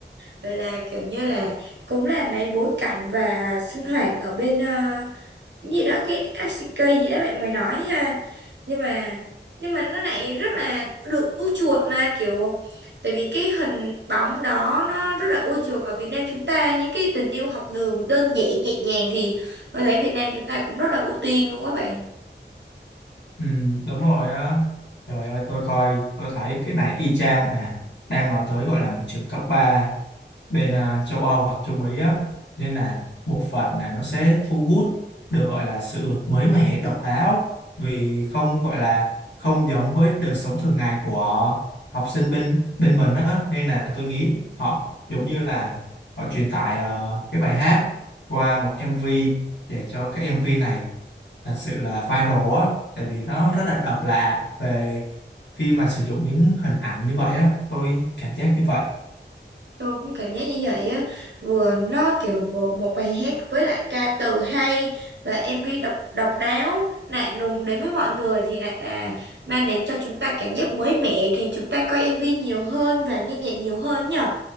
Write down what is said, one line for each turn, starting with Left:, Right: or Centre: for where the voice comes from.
Right: vậy là kiểu như là cũng là lấy bối cảnh và sinh hoạt ở bên ờ, gì đó cái FCK gì đó bạn mới nói ha nhưng mà nhưng mà nó lại rất là được ưa chuộng mà kiểu tại vì cái hình bóng đó nó rất là ưa chuộng ở Việt Nam chúng ta những cái tình yêu học đường đơn giản nhẹ nhàng thì tôi thấy Việt Nam chúng ta cũng rất là ưu tiên luôn á bạn
Left: Ừ, đúng rồi á Trời ơi, tôi coi, tôi thấy cái này y chang mà đang nói tới gọi là một trường cấp 3 bên à, châu Âu hoặc Trung Mỹ á. Nên là một phần là nó sẽ thu hút được gọi là sự mới mẻ, độc đáo vì không gọi là không giống với đời sống thường ngày của học sinh bên bên mình á. Nên là tôi nghĩ họ giống như là họ truyền tải ờ, cái bài hát qua một MV để cho cái MV này thật sự là viral á tại vì nó rất là độc lạ về khi mà sử dụng những hình ảnh như vậy á tôi cảm giác như vậy
Right: Tôi cũng cảm giác như vậy á vừa nó kiểu bộ một bài hát với lại ca từ hay và MV độc độc đáo lạ lùng đến với mọi người thì lại là mang đến cho chúng ta cảm giác mới mẻ khiến chúng ta coi MV nhiều hơn và nghe nhạc nhiều hơn nhở